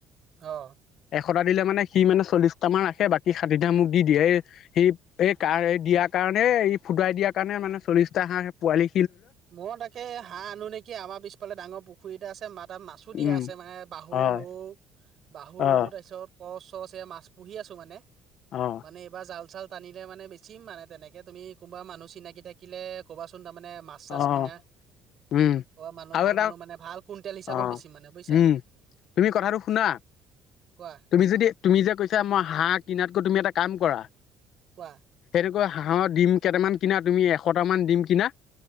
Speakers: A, on the right; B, on the left.
A: অ'।
B: এশটা দিলে মানে সি মানে চল্লিশটামান ৰাখে বাক কি ষাঠিটা মোক দি দিয়ে এই সি এই কাৰ এই দিয়াৰ কাৰণে ই ফুটুৱাই দিয়াৰ কাৰণে মানে চল্লিশটা হাঁহৰ পোৱালী
A: মই তাকে হাঁহ আনো নেকি, আমাৰ পিছফালে ডাঙৰ পুখুৰী এটা আছে ম তাত মাছো দিয়া
B: উম
A: আছে মানে বাহু
B: হয়
A: সুৰু বাহু-ৰৌ,
B: অ
A: তাৰপিছত কচ চচ এ মাছ পুহি আছোঁ মানে,
B: অ
A: মানে এইবাৰ জাল চাল টানিলে মানে বেছিম মানে, তেনেকে তুমি কোনোবা মানুহ চিনাকি থাকিলে ক'বাচোন তাৰমানে। মাছ-চাছ
B: অ
A: কিনা
B: অ উম
A: অ', মানুহ
B: আৰু
A: ভাল
B: এটা
A: মানুহ মানে ভাল কুইণ্টেল হিচাপত
B: অ
A: বেছিম মানে বুজিছা।
B: উম তুমি কথাটো শুনা,
A: কোৱা
B: তুমি যদি তুমি যে কৈছা মই হাঁহ কিনাত তুমি এটা কাম কৰা
A: কোৱা
B: তেনেকৈ হাঁহৰ ডিম কেইটামান কিনা তুমি এশটামান ডিম কিনা